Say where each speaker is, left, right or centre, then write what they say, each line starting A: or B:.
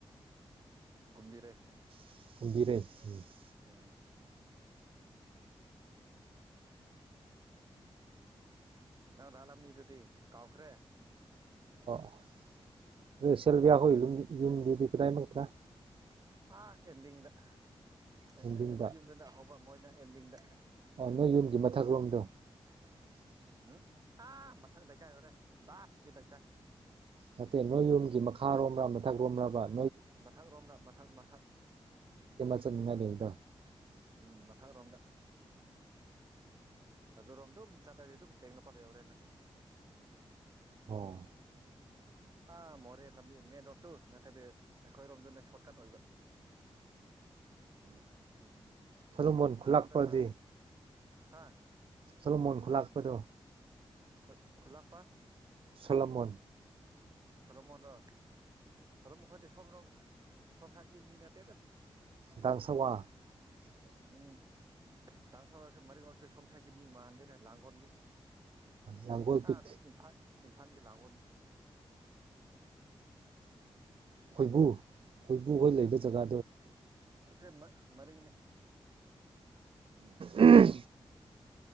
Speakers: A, on the right; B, on the right.
A: ꯀꯣꯝꯕꯤꯔꯩ
B: <inaudible>
A: ꯎꯝ ꯅꯪ ꯂꯥꯛꯂꯝꯃꯤꯗꯨꯗꯤ ꯀꯥꯎꯈ꯭ꯔꯦ
B: <unintelligible> <inaudible> <unintelligible>
A: ꯑꯥ ꯑꯦꯟꯗꯤꯡꯗ ꯑꯦ
B: ꯌꯨꯝꯗꯤꯡꯗ
A: ꯑꯦ ꯑꯩꯈꯣꯏ ꯌꯨꯝꯗꯨꯅ ꯍꯧꯕ ꯃꯣꯏꯅ ꯑꯦꯟꯗꯤꯡꯗ
B: ꯑꯣ ꯅꯣꯏ ꯌꯨꯝꯒꯤ <unintelligible>
A: ꯎꯝ ꯑꯥ ꯃꯊꯛ ꯂꯩꯀꯥꯏ ꯑꯣꯏꯔꯦ ꯂꯥꯁꯀꯤ ꯂꯩꯀꯥꯏ
B: ꯅꯠꯇꯦ ꯅꯣꯏ ꯌꯨꯝꯒꯤ ꯃꯈꯥꯔꯣꯝꯗ ꯃꯊꯛ <unintelligible> <inaudible>
A: ꯃꯊꯛ ꯔꯣꯝꯗ ꯃꯊꯛ ꯃꯊꯛ
B: <inaudible>
A: ꯎꯝ ꯃꯊꯛ ꯔꯣꯝꯗ ꯑꯗꯨꯔꯣꯝ ꯑꯗꯨꯝ ꯆꯠꯂꯗꯤ ꯑꯗꯨꯝ ꯇꯦꯡꯅꯧꯄꯜ ꯌꯧꯔꯦ ꯅꯪ
B: ꯑꯣ
A: ꯑꯥ ꯃꯣꯔꯦ ꯂꯝꯕꯤ ꯃꯦꯟ ꯔꯣꯗꯇꯨ ꯅꯠꯇꯕꯤ ꯑꯩꯈꯣꯏꯔꯣꯝꯗꯨꯅ ꯁꯣꯔꯠꯀꯠ ꯑꯣꯏꯕ ꯎꯝ
B: ꯊꯂꯨꯃꯣꯟ ꯈꯨꯜꯂꯛꯄꯗꯤ
A: ꯑꯥꯔꯣꯝꯗ ꯊꯥ ꯍꯥ
B: ꯁꯂꯃꯣꯟ ꯈꯨꯂꯥꯛꯄꯗꯣ
A: ꯈ ꯈꯣꯂꯛꯄꯥ
B: ꯁꯣꯂꯃꯣꯟ
A: ꯁꯣꯂꯣꯃꯣꯟ ꯔꯣ ꯁꯣꯂꯣꯃꯟ ꯈꯗꯤ ꯁꯣꯝꯅ ꯁꯣꯝ ꯁꯥꯔꯀꯤ ꯃꯤ ꯅꯠꯇꯦꯗ
B: <unintelligible>
A: ꯎꯝ ꯗꯁ ꯃꯔꯒꯔꯁꯦ ꯁꯁꯥꯒꯤ ꯃꯤ ꯃꯥꯗꯦꯔ ꯂꯥꯒꯣꯟꯒꯦ
B: ꯂꯥꯡꯒꯣꯜ ꯄꯤꯛ
A: ꯑꯅ ꯏꯝꯐꯥꯟ ꯏꯝꯐꯥꯟꯒꯤ ꯂꯥꯡꯒꯣꯟꯗꯣ
B: ꯈꯣꯏꯕꯨ ꯈꯣꯏꯕꯨ ꯍꯣꯏ ꯂꯩꯕ ꯖꯒꯥ
A: ꯑꯇ ꯃꯔꯔꯤꯡꯅꯦ
B: ꯎꯝ